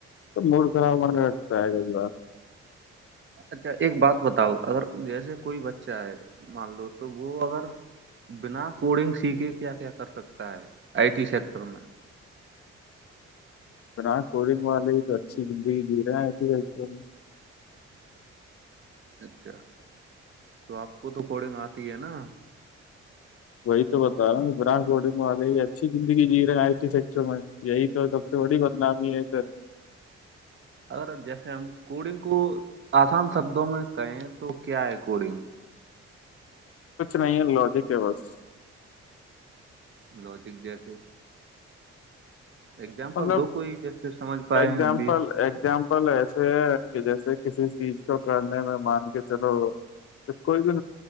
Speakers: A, on the left; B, on the right.
A: موڈ خراب آنے رگتا ہے اللہ
B: اچھا ایک بات بتاؤ اگر جیسے کوئی بچہ ہے مان لو تو وہ اگر بنا کوڈنگ سیکھے کیا کیا کر سکتا ہے آئی ٹی سیکٹر میں
A: بن کوڈنگ والے ہی تو اچھی زندگی جی رہے ہیں ابھیٹر میں
B: اچھا تو آپ کو تو پڈنگ آتی ہے نا
A: وہی تو بتا رہا ب والے یہ اچھی زندگی جی رہے ہیں آئی فیکٹر میں یہی تو سب سے بڑی بدنامی ہے
B: اگر جیسے ہم کوڈنگ کو آسان شبدوں میں کہیں تو کیا ہے کوڈنگ
A: کچھ نہیں ہے لوجی کے بس
B: لوجک جیسے اگزامپل
A: مطلب
B: دو کوئی جیسے سمجھ پائے
A: اگزامپل
B: ہم بھی
A: اگزامپ پل ایسے ہیں کہ جیسے کسی چیز کو کرنے میں مان کے چلو کوئی بھی